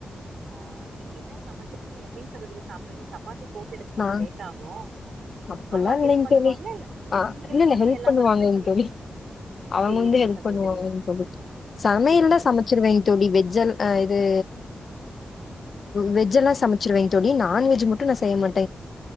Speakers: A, on the right; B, on the left.
A: ஆஹ் நீங்க என்ன சமைச்சிட்டு எப்பயுங் சகோதிரி சாப்டுவிங் சப்பாத்தி போட்டு எடுக்க கொஞ்சோ
B: நா
A: லேட் ஆகு
B: அப்பல்லா
A: அம்மா
B: இல்லைங்க
A: ஹெல்ப் பண்ணுவாங்களா
B: தோழி
A: இல்ல
B: ஆஹ்
A: நீங்களே
B: இல்ல இல்ல
A: வந்து
B: ஹெல்ப்
A: எல்லா
B: பண்ணுவாங்கங்க
A: ஒர்க்குமே பண்ணிருவீங்க
B: தோழி அவ்ங்க
A: சேரிங்க
B: வந்து ஹெல்ப்
A: சகோதரி
B: பண்ணுவாங்குதோழி சமையல்லா
A: சேரிங்க
B: சமைச்சிருவேங்க
A: சகோதரி
B: தோழி வெஜ்ல் அன் ஆஹ் இது வெஜ்ல்லா சமைச்சிருவேங்க தோழி நான்வெஜ் மட் டு நா செய்யமட்